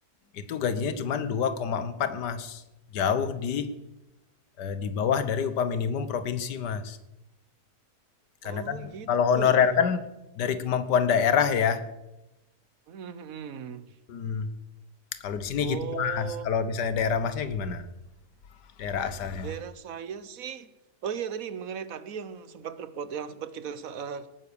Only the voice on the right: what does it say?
Oh
gitu
ya.
Hmm, hmm, hmm.
Oh.
Daerah saya sih, oh iya tadi mengenai tadi yang sempat terpot, yang sempat kita eh,